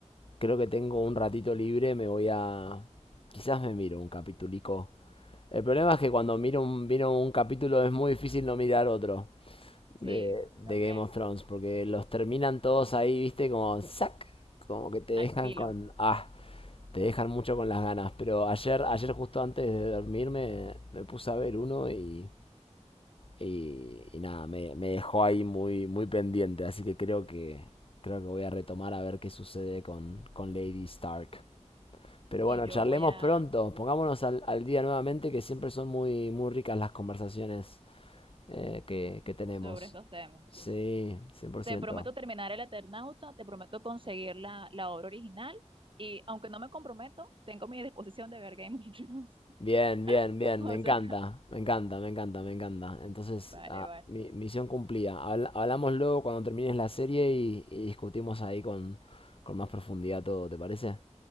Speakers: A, on the left (about 50°); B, on the right (about 45°).
A: creo que tengo un ratito libre, me voy a, quizás me miro un capitulico. El problema es que cuando miro un, miro un capítulo es muy difícil no mirar otro
B: Sí,
A: de, de
B: también,
A: Game of Thrones, porque los terminan todos ahí, viste, como sac, como que te dejan
B: al filo.
A: con, ah, te dejan mucho con las ganas. Pero ayer, ayer justo antes de dormirme, me puse a ver uno y y, y nada, me, me dejó ahí muy, muy pendiente, así que creo que, creo que voy a retomar a ver qué sucede con, con Lady Stark. Pero
B: Y
A: bueno,
B: yo
A: charlemos
B: voy a
A: pronto, pongámonos al, al día nuevamente, que siempre son muy, muy ricas las conversaciones eh, que, que tenemos.
B: sobre estos temas.
A: Sí, cien por
B: Te
A: ciento
B: prometo terminar el Eternauta, te prometo conseguir la, la obra original y aunque no me comprometo, tengo mi disposición de ver Game of Thrones. <laughs>
A: Bien, bien, bien,
B: O
A: me encanta,
B: sea,
A: me encanta, me encanta, me encanta. Entonces,
B: vale,
A: ah,
B: vale.
A: mi misión cumplida. Habla- hablamos luego cuando termines la serie y, y discutimos ahí con, con más profundidad todo, ¿te parece?